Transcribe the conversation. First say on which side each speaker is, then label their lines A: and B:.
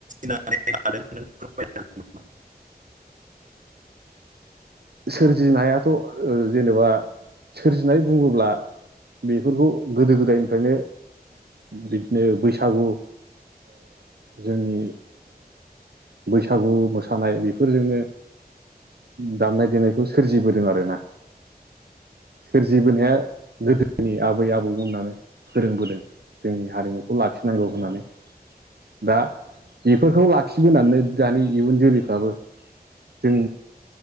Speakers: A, on the right (about 50°); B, on the right (about 75°).
A: नानै थ नों हागोन नामा?
B: सोरजिनायाथ' जेनेबा सोरजिनाय बुङोब्ला बेफोरखौ गोदो गोदायनिफ्रायनो बिदिनो बैसागु जोंनि बैसागु मोसानाय बेफोरजोंनो दामनाय देनायखौ सोरजिबोदों आरोना सोरजिबोनाया गोदोनि आबै आबौ होननानै फोरोंबोदों जोंनि हारिमुखौ लाखिनांगौ होननानै दा बेफोरखौ लाखिबोनानै दानि इयुन जोलैफ्राबो जों